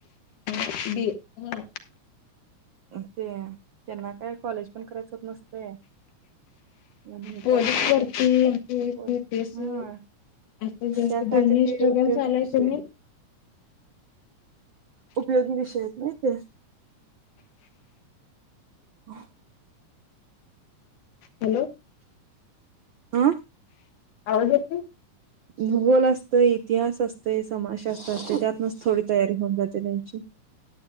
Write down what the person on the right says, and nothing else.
ते त्यांना काय कॉलेज पण करायचं होत नसतय आणि
त्यात
बोल
हा
त्यासाठी
ते
उपयोगी
विषय
उपयोगी विषय आहेत नाही ते <unintelligible>
आ
भूगोल असतंय, इतिहास असतय, समाजशास्त्र असतय त्यातनच थोडी तयारी होऊन जाते नाही <unintelligible>